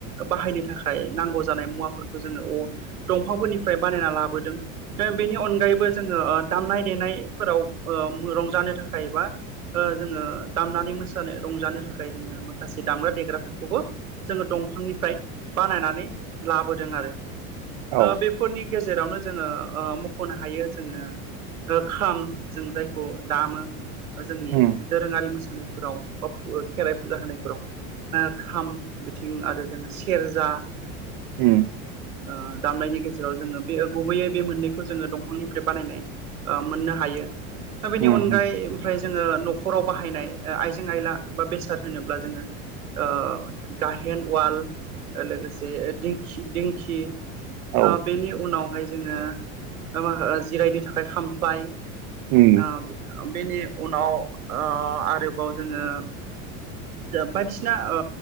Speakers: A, on the right; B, on the right.
A: बाहायनो थाखाय नांगौ जानाय मुवाफोरखौ जोङो अ दंफांफोरनिफ्राय बानायना लाबोदों दा बेनि अनगायैबो जोङो ओ दामनाय देनायफोराव ओ उम रंजानो थाखाय बा ओ जोङो दामनानै मोसानो रंजानो थाखाय जोङो माखासे दामग्रा देग्राफोरखौबो जोङो दंफांनिफ्राय बानायनानै लाबोदों आरो
B: औ
A: ओ बेफोरनि गेजेरावनो जोङो ओ मख'नो हायो जोङो ओ खाम जों जायखौ दामो जोंनि
B: उम
A: दोरोङारि मोसा उनफोराव बा फु खेराइ फुजा होनायफोराव। ओ खाम बिथिं आरो जोङो सेरजा
B: उम
A: ओ दामनायनि गेजेराव जोङो बे गुबैयै बे मोननैखौ जोङो दंफांनिफ्राय बानायनाय ओ मोननो हायो। दा बेनि
B: उम
A: अनगायै
B: उम
A: ओमफ्राय जोङो न'खराव बाहायनाय ओ आइजें आइला बा बेसाद होनोब्ला जोङो ओ गाहेन, अवाल लोगोसे दिंखि दिंखि
B: औ
A: ओ बेनि उनावहाय जोङो मा जिरायनो थाखाय खामफ्लाय
B: उम
A: ओ बेनि उनाव ओ आरोबाव जोङो दा बायदिसिना ओ